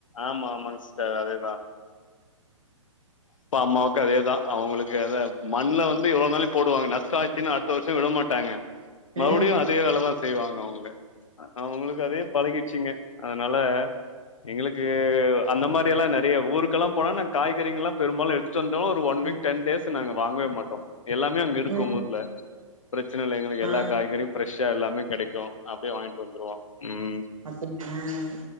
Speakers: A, on the left (about 75°); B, on the right (about 80°).
A: ஆமா ஆமாங்க சிஸ்டர் அதேதா அப்ப அம்மாவுக்கு அதேதா அவுங்களுக்கு மண்ல வந்து எவ்ளோ நாளு போடுவாங்க நஷ்டோ ஆயிச்சுனா அடுத்த வருஷோ விட மாட் ட்டாங்க மஉடியு
B: ம்
A: அதே வேலதா செய்வாங்க அவுங்க அவுங்களுக்கு அதே பழகிருச்சிங்க அதனால எங்களுக்கு அந்த மாரி எல்லா நெறைய ஊருக்கெல்லா போனா நாங் காய்கறிங்ல்லா பெரும்பாலு எடுத்துட்டு வந்தோ ஒரு ஒன் வீக்
B: ம்
A: டென் டேஸ் நாங்க வாங்கவே மாட்டோ எல்லாமே அங்க இருக்கு
B: ம்
A: ஊர்ல பிரச்சன இல்ல எங்களுக்கு எல்லா
B: ஆ
A: காய்கறியு ஃப்ரெஷ் எல்லாமே கெடைக்கு அப்டே வாங்கிட்டு வந்துருவோ ம்
B: அப்டி <unintelligible> அஹ்